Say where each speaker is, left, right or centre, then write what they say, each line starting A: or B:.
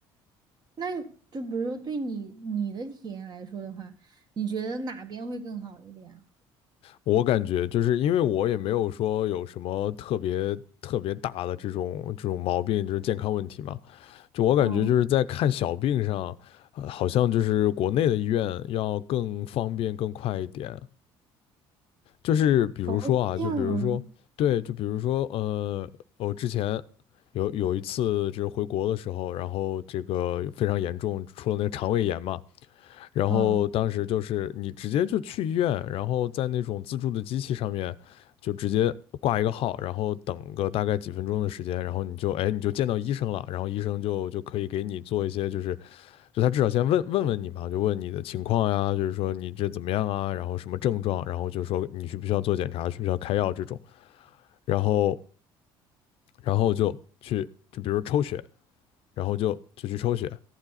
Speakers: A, on the right; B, on the left.
A: 那你就比如说对你你的体验来说的话，你觉得哪边会更好一点啊？
B: 我感觉就是因为我也没有说有什么特别特别大的这种这种毛病，就是健康问题嘛。就我感觉就是在看小病上，
A: 哦，
B: 呃，好像就是国内的医院要更方便更快一点。就是比如说啊，
A: 哦，是这样
B: 就比如说，对，就比如说，呃，我之前有有一次就是回国的时候，然后这个非常严重，出了那个肠胃炎嘛。然后当时就是你直接就去医院，
A: 啊，
B: 然后在那种自助的机器上面就直接挂一个号，然后等个大概几分钟的时间，然后你就哎你就见到医生了，然后医生就就可以给你做一些就是就他至少先问问问你嘛，就问你的情况呀，就是说你这怎么样啊，然后什么症状，然后就说你需不需要做检查，需不需要开药这种，然后然后就去就比如抽血，然后就就去抽血，